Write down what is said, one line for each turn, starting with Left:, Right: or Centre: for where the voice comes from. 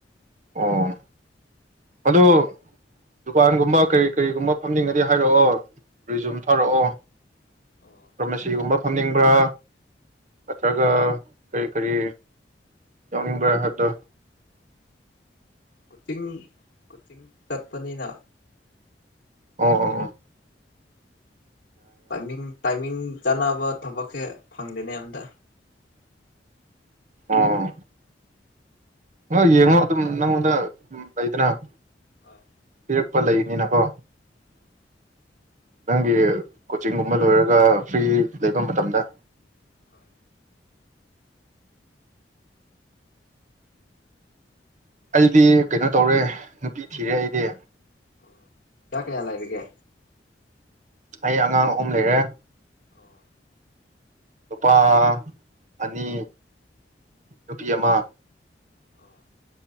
Right: ꯑꯥ ꯑꯗꯨ ꯗꯨꯀꯥꯟꯒꯨꯝꯕ ꯀꯔꯤ ꯀꯔꯤꯒꯨꯝꯕ ꯐꯝꯅꯤꯡꯉꯗꯤ ꯍꯥꯏꯔꯛꯑꯣ ꯔꯤꯖꯨꯝ ꯊꯥꯔꯛꯑꯣ
Left: ꯑꯣ
Right: ꯐꯥꯔꯃꯥꯁꯤꯒꯨꯝꯕ ꯐꯝꯅꯤꯡꯕ꯭ꯔꯥ ꯅꯠꯇ꯭ꯔꯒ ꯀꯔꯤ ꯀꯔꯤ ꯌꯥꯎꯅꯤꯡꯕ꯭ꯔꯥ ꯍꯥꯏꯕꯗꯣ
Left: ꯀꯨꯆꯤꯡ ꯀꯨꯆꯤꯡ ꯆꯠꯄꯅꯤꯅ
Right: ꯑ ꯑ
Left: ꯇꯥꯏꯃꯤꯡ ꯇꯥꯏꯃꯤꯡ ꯆꯥꯅꯕ ꯊꯕꯛꯁꯦ ꯐꯪꯗꯦꯅꯦ ꯑꯝꯇ
Right: ꯑꯥ ꯑ ꯌꯦꯡꯉꯣ ꯑꯗꯨꯝ ꯅꯪꯉꯣꯟꯗ ꯂꯩꯗꯅ
Left: ꯍꯣꯏ
Right: ꯄꯤꯔꯛꯄ ꯂꯩꯕꯅꯤꯅꯀꯣ
Left: ꯎꯝ
Right: ꯅꯪꯒꯤ ꯀꯣꯆꯤꯡꯒꯨꯝꯕ ꯂꯣꯏꯔꯒ ꯐ꯭ꯔꯤ ꯂꯩꯕ ꯃꯇꯝꯗ
Left: ꯍꯣꯏ
Right: ꯑꯩꯗꯤ ꯀꯩꯅꯣ ꯇꯧꯔꯦ ꯅꯨꯄꯤ ꯊꯤꯔꯦ ꯑꯩꯗꯤ
Left: ꯑꯣ ꯏꯆꯥ ꯀꯌꯥ ꯂꯩꯔꯒꯦ
Right: ꯑꯩ ꯑꯉꯥꯡ ꯑꯍꯨꯝ ꯂꯩꯔꯦ
Left: ꯑꯣ
Right: ꯅꯨꯄꯥ ꯑꯅꯤ ꯅꯨꯄꯤ ꯑꯃ
Left: ꯑꯣ